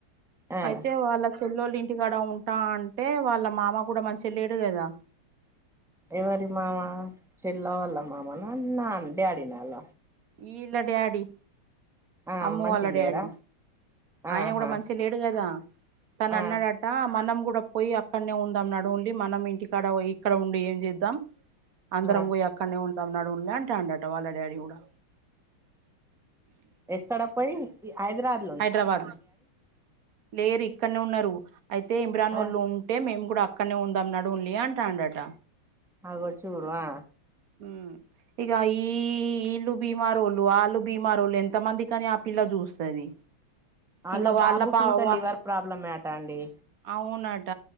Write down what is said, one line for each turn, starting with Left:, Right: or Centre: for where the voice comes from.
Centre: ఆ
Right: అయితే వాళ్ళ పెళ్లోల్ ఇంటికాడ ఉంటా అంటే వాళ్ళ మామ కూడా మంచిగ లేడు కదా
Centre: ఎవరి మామ చెల్లా వాల్ళ మామనా నాన్ డాడీనాల
Right: ఈల్ల డాడి
Centre: ఆ
Right: అమ్మ
Centre: మంచిగ
Right: వాళ్ళ డాడీ
Centre: లేరా ఆహా
Right: ఆయన కూడా మంచిగ లేడు కదా తను
Centre: ఆ
Right: అన్నాడట్ ట మనం కూడా పోయి అక్కడనే ఉందాం నడువుండి మనం ఇంటికాడ వు ఇక్కడ ఉండి ఏం చేద్దాం అందరం
Centre: ఆ
Right: పోయి అక్కనే ఉందాం నడువుండి అంటాండట వాళ్ళ డాడీ కూడా
Centre: ఎక్కడ పోయి హైదరాద్
Right: హైదరాబాద్ లో లేరు ఇక్కడనే ఉన్నారు అయితే ఇమ్రాన్
Centre: ఆ
Right: వాళ్ళు ఉంటే మేము కూడా అక్కనే ఉందాం నడువుండి అంటాండట
Centre: అగో చూడు ఆ
Right: మ్ ఇక ఈ ఈళ్ళు బీమారోళ్ళు ఆళ్ళు బీమారోళ్ళు ఎంత మందికని ఆ పిల్ల చూస్తది
Centre: ఆళ్ల
Right: ఇంకా వాళ్ళ
Centre: బాబుకి
Right: పా
Centre: ఇంకా
Right: వా
Centre: లివర్ ప్రాబ్లమే అట అండి
Right: అవునట